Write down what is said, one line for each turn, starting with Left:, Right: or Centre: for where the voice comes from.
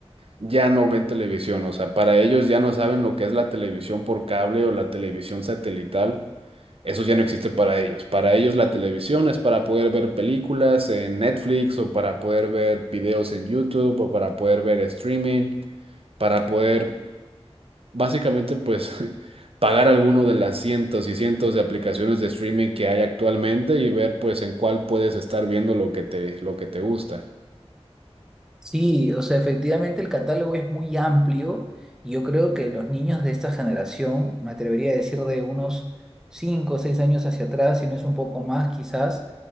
Right: ya no ven televisión, o sea, para ellos ya no saben lo que es la televisión por cable o la televisión satelital, eso ya no existe para ellos. Para ellos la televisión es para poder ver películas en Netflix o para poder ver videos en YouTube o para poder ver streaming, para poder básicamente pues <laughs> pagar alguno de las cientos y cientos de aplicaciones de streaming que hay actualmente y ver pues en cuál puedes estar viendo lo que te, lo que te gusta.
Centre: Sí, o sea, efectivamente el catálogo es muy amplio y yo creo que los niños de esta generación, me atrevería a decir de unos 5 o 6 años hacia atrás, si no es un poco más quizás,